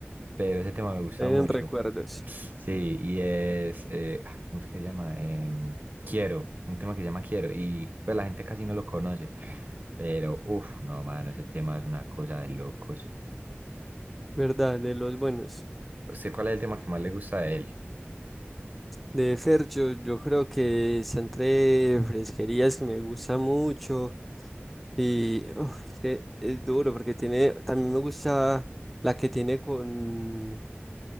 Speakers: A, on the right; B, in the centre.
A: pero ese tema me gusta
B: En
A: mucho.
B: recuerdos,
A: Sí, y es, eh, ah, ¿cómo es que se llama? Em, Quiero, un tema que se llama Quiero, y pues la gente casi no lo conoce, pero uff, no, mano, ese tema es una cosa de locos.
B: ¿verdad? De los buenos.
A: ¿Usted cuál es el tema que más le gusta de él?
B: De Fercho, yo creo que está entre fresquerías que me gusta mucho. Y uf, es que es duro porque tiene, también me gusta la que tiene con.